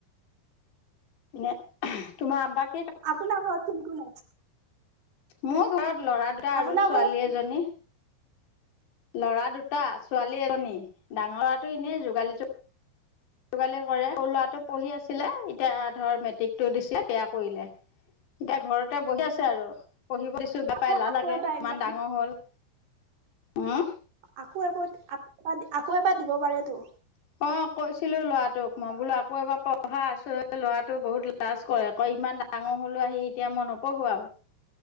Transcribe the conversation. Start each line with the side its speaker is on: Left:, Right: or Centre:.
Left: এনে তোমাৰ আম্বাক
Right: আপোনাৰ ঘৰত কোন কোন আছে
Left: মোৰ ঘৰত ল'ৰা দুটা
Right: আপোনাৰ
Left: আৰু ছোৱালী
Right: ঘৰত
Left: এজনী লৰা দুটা ছোৱালী এজনী ডাঙৰ লৰাটো এনেই যোগালী যোগালি কৰে লৰাটো পঢ়ি আছিলে এতিয়া ধৰ মেট্ৰিকটো দিছিল বেয়া কৰিলে এতিয়া ঘৰতে বহি আছে আৰু পঢ়িব দিছো বে
Right: আকৌ
Left: পাই এলাহ
Right: আকৌ
Left: লাগেড়
Right: এবাৰ এক্সাম
Left: ইমান ডাঙৰ হ'ল উম
Right: আকৌ এবাৰ আকৌ এবাৰ আকৌ এবাৰ দিব পাৰেতো
Left: অ কৈছিলো লৰাটোক মই বোলো আকৌ এবাৰ পঢ়া আছো ল'ৰাটোক বহুত লাজ কৰে আকৌ ইমান ডাঙৰ হলো আহি এতিয়া মই নপঢ়ো আৰু